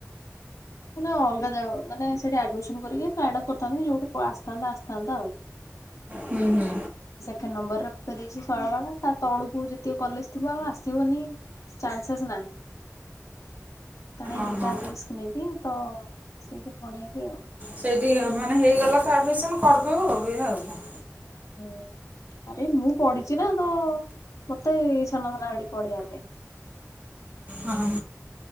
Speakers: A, on the left (about 75°); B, on the right (about 30°).
A: ମାନେ ଅଲଗା ଯାଗା ମାନେ ସେଠି ଆଡମିସନ କରିକି ପ୍ଲାଇଡ୍ ଅପ୍ କରିଥାନ୍ତି ଯୋଉଠି ଆସିଥାନ୍ତା ଆସିଥାନ୍ତା ଆଉ।
B: ହୁଁ ହୁଁ।
A: ତା ନମ୍ବର ରେ ପେରେଇଛି ଶହେ ଟଙ୍କା ତା ତଳକୁ ଯେତିକି କଲେଜ ଥିବ ଆସିବନି। ଚାନ୍ସେସ୍ ନାହିଁ କାହିଁ
B: ଓହୋ
A: ବେକାର ରିସ୍କ ନେବି ତ ସେଇଠି ପଢେଇଲି ଆଉ
B: ସେଇଠି ଆ ମାନେ ହେଇଗଲା ତ ଆଡ଼ମିସନ କରିଦଉ ଏଇଆ ଆଉ କଣ
A: ହୁଁ ଆରେ ମୁଁ ପଢିଚି ନା ତ ମତେ ଇଛାନହେଲା ସେଠି ପଢିବା ପାଇଁ।
B: ଓ ହଁ।